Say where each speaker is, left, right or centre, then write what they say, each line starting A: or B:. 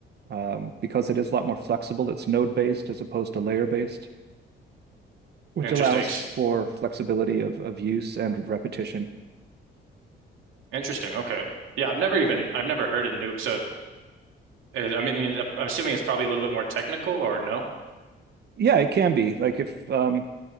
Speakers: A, on the right; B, on the right.
A: um, because it is a lot more flexible. It's node based as opposed to layer based, which
B: interesting,
A: allows for flexibility of of use and repetition.
B: interesting. Okay, yeah, I've never even, I've never heard of Nuke, so uh, I mean, I'm assuming it's probably a little bit more technical, or no?
A: Yeah, it can be. Like if um,